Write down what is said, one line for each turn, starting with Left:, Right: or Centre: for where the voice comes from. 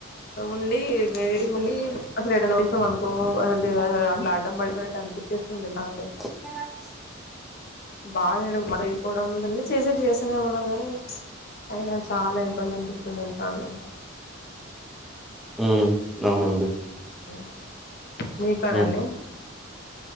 Left: ఉండి వేడిగా ఉండి అసలు ఎటైనావిచమ్ అనుకో అసలు అస అట్లా ఆడ్డం పడిపోయినట్టు అన్ పిచ్చేస్తు ఉంది లా లే
Centre: అ
Left: బాగానేడు చేయకోవడం ఇన్నీ చేసేట్ చేస్తానేమన్నాం కాగానీ అయినా చాలా ఇబ్బంది అనిపిస్తుంది తెలుసా నే
Centre: ఉ అవునండి
Left: మ్ మీ కాడండి
Centre: ఉమ్,